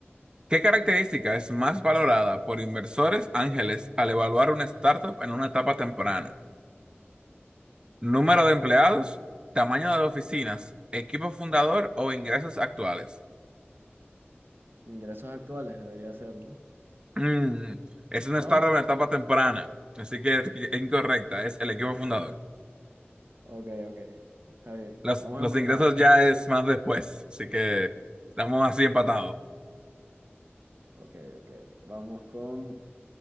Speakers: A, on the right; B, on the right.
A: ¿qué característica es más valorada por inversores ángeles al evaluar una startup en una etapa temprana? ¿Número de empleados, tamaño de oficinas, equipo fundador o ingresos actuales?
B: Ingresos actuales debería ser, ¿no?
A: Mm, es una
B: ¿No?
A: startup en etapa temprana, así que es incorrecta, es el equipo fundador.
B: Ok, ok. Está bien.
A: Los,
B: Vamos
A: los
B: empatados.
A: ingresos ya es más después, así que estamos así empatados.
B: Ok, ok. Vamos con